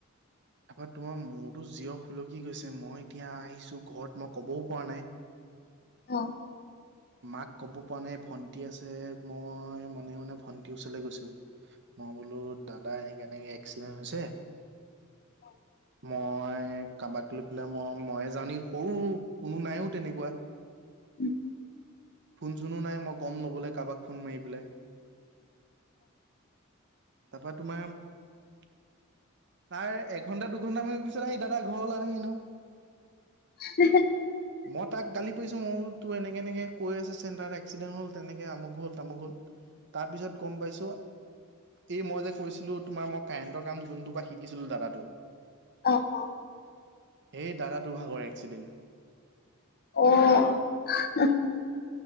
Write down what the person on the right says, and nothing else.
তাপা তোমাৰ মোৰতো জিৰ খুলকি গৈছে মই এতিয়া আহিছো ঘৰত মই ক'বও পৰা নাই।
মাক ক'ব পৰা নাই ভণ্টি আছে মই মনে-মনে ভণ্টিৰ ওচৰলৈ গৈছোঁ। <inaudible> মই বোলো দাদা এনেকে-এনেকে এক্সিডেণ্ট হৈছে। <inaudible>
মই কাৰোবাক লৈ পেলাই মই মইয়ে যাওঁ নেকি সৰু কোনো নাইও তেনেকুৱা। <inaudible>
ফোন-চোনো নাই মই গ'ম ল'বলৈ কাৰোবাক ফোন মাৰি পেলাই। <inaudible> তাৰপা তোমাৰ <inaudible> তাৰ <inaudible> একঘণ্টা, দুঘণ্টামানৰ পিছত আহি দাদা ঘৰ ওলালেহি নহয়। <inaudible>
মই তাক গালি পাৰিছোঁ মোৰ তোৰ এনেকে-এনেকে কৈ আছে চেণ্টাৰত এক্সিডেণ্ট হ'ল। তেনেকে আমোক হ'ল, তামোক হ'ল। <inaudible> তাৰ পিছত গম পাইছোঁ <inaudible> এই মই যে কৈছিলোঁ তোমাৰ মই কাৰেণ্টৰ কাম যোনটো পৰা শিকিছিলোঁ দাদাটো <inaudible>
সেই দাদাটো ভাগৰ এক্সিডেণ্ট। <unintelligible>